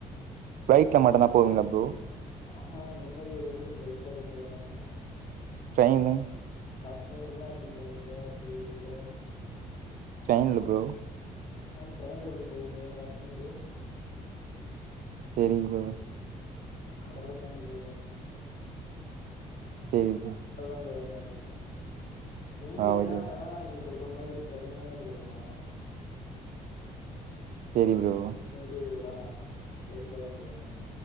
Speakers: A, on the right; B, on the left.
A: பிளைட்ல மட்டுதா போவீங்ளா ப்ரோ
B: ஆமா இந்த மாரி ஏரியாவுக்குள்ள ஃப்ளைட்ல தா போய் ஆவுணு
A: ட்ரெயினு
B: காஷ்மீர்ல்லா எப்டி போவீங்க ஃப்ளை இதுல
A: ட்ரெயின்ல ப்ரோ
B: ஆ ட்ரெயில்ல எப்டி போவீங்க காஷ்மீரு
A: செரிங் ப்ரோ
B: கடல தாண்டி போயி ஆகுனு
A: செரி ப்ரோ
B: அதா பயமா இருக்கு மும்பைனா
A: ஆ ஓகே
B: வேணா நீங்க சொல் இந்த மாரி ட்ரெயினு இதுல போலா
A: செரி ப்ரோ
B: ஷ்மீரு இதெல்லா ஃப்ளைட்ல தா போய் ஆகணு